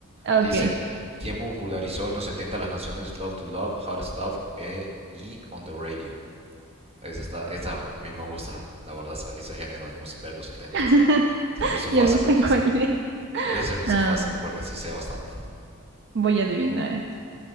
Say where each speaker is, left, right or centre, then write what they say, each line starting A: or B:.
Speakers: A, on the right (about 50°); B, on the right (about 25°).
A: ok.
B: Dice, ¿quién popularizó en los 70 las canciones Love to Love, Hard Stuff eh, y On the Radio? Esa, está, esa a mí me gusta, la verdad, esa- ese género de música de los 70.
A: <laughs>
B: Se me hizo
A: Yo
B: fácil
A: no sé
B: a mí esa.
A: cuál es.
B: Esa se me hizo
A: Ah,
B: fácil porque sí sé bastante.
A: voy a adivinar.